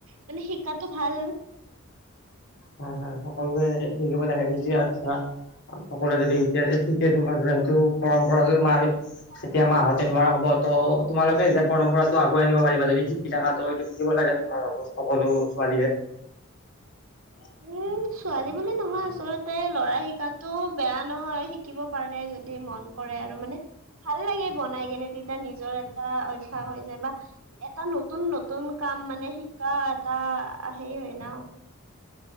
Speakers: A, on the right (about 75°); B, on the left (about 55°).
A: মানে শিকাটো ভাল।
B: হয় হয় সকলোৱে শিকিব লাগে নিজে আচ্ছা, সকলোৱে যদি এতিয়া শিকে তোমাৰ ধৰা সেইটো পৰম্পৰাটো মাৰে তেতিয়া মা হঁতে নোৱাৰা হ'ব ত, তোমালোকে যে পৰম্পৰাটো আগুৱাই নিব পাৰিবা যদি শিক কি থাকা ত' এইটো শিকিব লাগে মই ভাৱোঁ সকলো ছোৱালীয়ে। <unintelligible>
A: ও ছোৱালী বুলি নহয় আচলত তে ল'ৰাই শিকাটো বেয়া নহয়। শিকিব পাৰে যদি মন কৰে আৰু মানে ভাল লাগে বনাই কেনে তেতিয়া নিজৰ এটা অভ্যাস হৈছে বা এটা নতুন-নতুন কাম মানে শিকা এটা হেৰি হ'য় ন'।